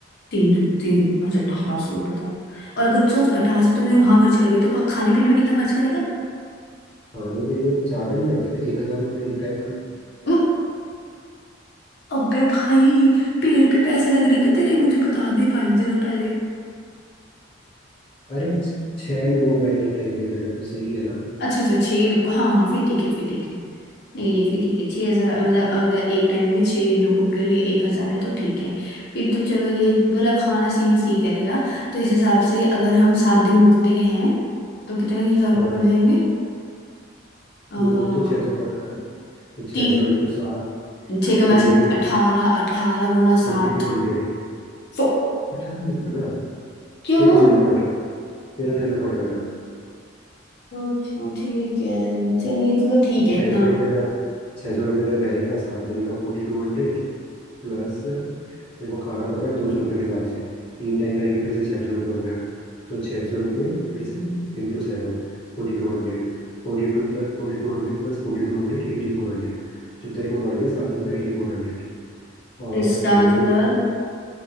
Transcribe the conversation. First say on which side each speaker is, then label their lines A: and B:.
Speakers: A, on the left (about 55°); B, on the left (about 30°).
A: तीन तीन अच्छा अठारह सौ बताओ और अगर सोच अठारह सौ तो तुमने वहां खर्च कर दिए तो पा- खाने पीने में कितना खर्च करेगा
B: खाने पीने में ज्यादा नहीं करते रे एक हजार रुपये एक टाइम का
A: उम, अबे भाई पेड़ पे पैसे लग रहे हैं क्या तेरे मुझे बता दे भाई जरा पहले
B: अरे छ- छह लोगों का एक टाइम का एक हजार तो सही है ना
A: अच्छा अच्छा छह लोग का- हाँ हाँ फिर ठीक है फिर ठीक है नहीं नहीं फिर ठीक है छह हजार मतलब अगर एक टाइम में छह लोगों के लिए एक हजार है तो ठीक है फिर तो चलो ये वाला खाना सीन सीख है तेरा तो इस हिसाब से अगर हम सात दिन रुकते हैं तो कितने हजार रुपये
B: हाँ
A: बढ़ जाएंगे अः
B: देखो तो छह सौ कट रहा है ना तो छह
A: तीन
B: सौ इंटू सात
A: छह कमा
B: Forty
A: से
B: two hundred
A: अठारह अठारह गुणा
B: Forty
A: सात
B: two hundred
A: फो
B: अठारह मत करना
A: क्यों
B: तेरह छह सौ पड़ रहा है तेरह छह सौ पड़ रहा है ना
A: अच्छा ठीक है चलिए चलो ठीक है
B: छः
A: इतना
B: सौ रुपये तेरा छः सौ रुपये तेरा रहने का सात दिन का फोर्टी टू हंड्रेड प्लस तेरे को खाना पड़ रहा है दो सौ रुपये के हिसाब से तीन टाइम खाएगी फिर से छः सौ रुपये हो गया तो छः सौ रुपये फिर से into seven forty two hundred Forty two plus forty two hundred plus forty two hundred eighty four hundred तो तेरे को बढ़ गया सात दिन का एटी फोर हंड्रेड और
A: तो इसका
B: अगर
A: मतलब
B: तो